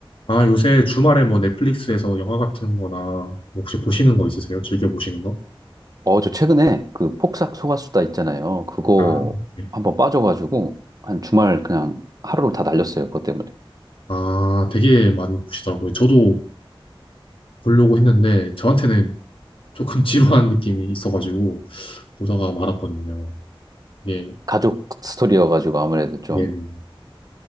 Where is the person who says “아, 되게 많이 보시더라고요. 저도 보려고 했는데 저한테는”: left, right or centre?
Left